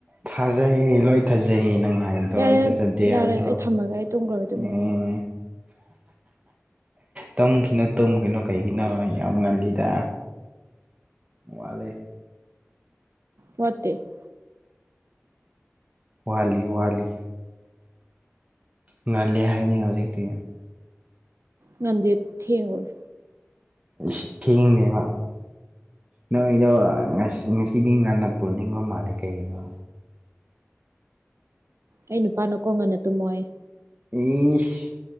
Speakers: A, on the right; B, on the right.
A: ꯊꯥꯖꯩꯌꯦ ꯂꯣꯏ ꯊꯥꯖꯩꯌꯦ ꯅꯪ ꯍꯥꯏꯗꯣ
B: ꯌꯥꯔꯦ
A: ꯑꯩ ꯆꯠꯆꯗꯦ
B: ꯌꯥꯔꯦ
A: ꯍꯥꯏꯕ꯭
B: ꯑꯩ ꯊꯝꯃꯒꯦ ꯑꯩ ꯇꯨꯝꯈ꯭ꯔꯒꯦ ꯇꯨꯃꯤꯟꯅ
A: ꯎꯝ ꯇꯨꯝꯈꯤꯅꯣ ꯇꯨꯝꯈꯤꯅꯣ ꯀꯩꯒꯤꯅꯣ ꯌꯥꯝ ꯉꯜꯂꯤꯗ ꯃꯥꯂꯦ <unintelligible>
B: ꯃꯠꯇꯦ <unintelligible>
A: ꯋꯥꯠꯂꯤ ꯋꯥꯠꯂꯤ ꯉꯜꯂꯤ ꯍꯥꯏꯕꯅꯤ ꯍꯧꯖꯤꯛꯇꯤ
B: ꯉꯟꯗꯦ ꯊꯦꯡꯉꯨꯔꯦ
A: ꯑ ꯊꯦꯡꯅꯦꯦꯕ <unintelligible> ꯅꯣꯏꯗꯣ ꯉꯁꯤꯗꯤ ꯉꯟꯅ ꯄꯨꯅꯤꯡꯕ ꯃꯥꯜꯂꯦ ꯀꯩꯒꯤꯅꯣ
B: ꯑꯩ ꯅꯨꯄꯥꯅ ꯀꯣ ꯉꯟꯅ ꯇꯨꯝꯃꯣ ꯍꯥꯏꯌꯦ꯫
A: ꯏꯁ